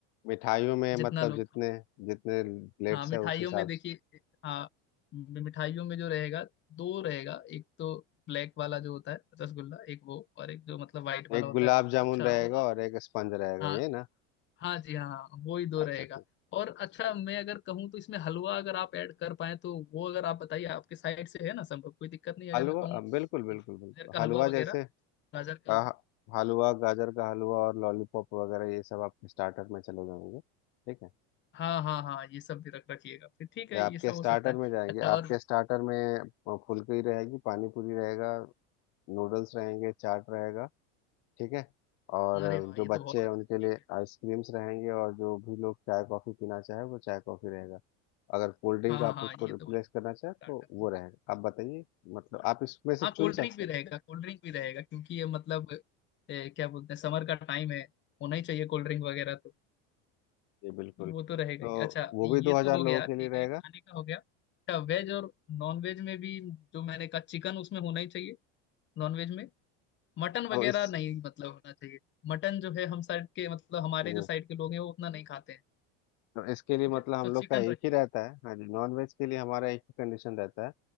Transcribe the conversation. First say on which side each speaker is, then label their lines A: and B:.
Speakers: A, on the left; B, on the left.
A: मिठाइयों में मतलब
B: जितना लोग
A: जितने जितने प्लेट्स
B: हाँ मिठाइयों
A: है उस हिसाब
B: में देखिए
A: से
B: हाँ मिठाइयों में जो रहेगा दो रहेगा एक तो ब्लैक वाला जो होता है रसगुल्ला एक वो और एक जो मतलब व्हाइट वाला
A: एक
B: होता
A: गुलाब
B: है वो
A: जामुन
B: अच्छा
A: रहेगा
B: और आप
A: और एक स्पंज रहेगा
B: हाँ
A: ये ना
B: हाँ जी हाँ हाँ, वो ही दो
A: अच्छा
B: रहेगा
A: ठीक
B: और अच्छा
A: ठीक
B: मैं अगर कहूँ तो इसमें हलवा अगर आप ऐड कर पाए तो वो अगर आप बताइए आपके साइड से है ना संभव कोई दिक्कत नहीं अगर
A: हलवा
B: मैं कहूँ
A: अ, बिल्कुल बिल्कुल
B: गाजर
A: बिल्कुल
B: का
A: हलवा
B: हलवा
A: जैसे
B: वगैरह गाजर का
A: अ,
B: हलवा
A: हलवा गाजर का हलवा और लॉलीपॉप वगैरह ये सब आपके स्टार्टर में चले जाएंगे ठीक है
B: हाँ हाँ हाँ ये सब भी रख रखिएगा फिर ठीक है
A: ये आपके
B: ये सब
A: स्टार्टर
B: हो सकता है
A: में जाएंगे
B: अच्छा और
A: आपके स्टार्टर में फुलकी रहेगी पानी पूरी रहेगा नूडल्स रहेंगे चाट रहेगा ठीक है और अ,
B: अरे वाह
A: जो
B: ये तो
A: बच्चे
B: बहुत
A: हैं
B: अच्छा
A: उनके
B: है ठीक
A: लिए
B: है
A: आइसक्रीम्स रहेंगे और जो भी लोग चाय कॉफ़ी पीना चाहे वो चाय कॉफ़ी रहेगा अगर कोल्ड ड्रिंक
B: हाँ
A: आप
B: हाँ
A: उसको
B: ये
A: रिप्लेस
B: तो
A: करना
B: स्टार्टर
A: चाहें तो वो रहेगा आप बताइए मतलब आप इसमें से
B: हाँ
A: चुन
B: कोल्ड ड्रिंक
A: सकते
B: भी
A: हैं
B: रहेगा कोल्ड ड्रिंक भी रहेगा क्योंकि ये मतलब ए, क्या बोलते हैं समर का टाइम है होना ही चाहिए कोल्ड ड्रिंक वगैरह तो
A: जी बिल्कुल
B: वो
A: तो
B: तो रहेगा ही अच्छा
A: वो
B: ये
A: भी दो
B: तो
A: हजार
B: हो गया
A: लोगों
B: ठीक
A: के लिए
B: है
A: रहेगा
B: खाने का हो गया अच्छा वेज और नॉन वेज में भी जो मैंने कहा चिकन उसमें होना ही चाहिए नॉन वेज में मटन
A: तो
B: वगैरह
A: इस
B: नहीं मतलब होना चाहिए मटन जो है हम साइड के मतलब हमारे
A: जी
B: जो साइड के लोग हैं वो उतना नहीं खाते हैं
A: तो इसके लिए
B: ठीक
A: मतलब
B: है
A: हम
B: तो
A: लोग
B: चिकन
A: का एक
B: रखिए
A: ही रहता है हाँ जी नॉन वेज के लिए हमारा एक ही कंडीशन रहता है